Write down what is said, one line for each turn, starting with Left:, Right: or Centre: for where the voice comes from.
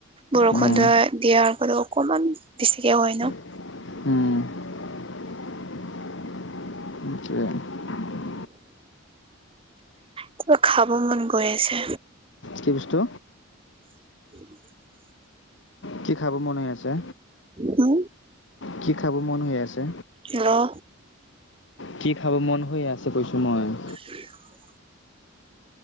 Right: বৰষুণ
Left: উম,
Right: দই দিয়াৰ ফল অকমান বেছিকে হয় ন?
Left: উম
Right: কিবা খাব মন গৈ আছে?
Left: কি বস্তু?
Right: <inaudible>
Left: কি খাব মন হৈ আছে।
Right: উম,
Left: কি খাব মন হৈ আছে?
Right: হেল্ল'
Left: কি খাব মন হৈ আছে কৈছো মই-
Right: উম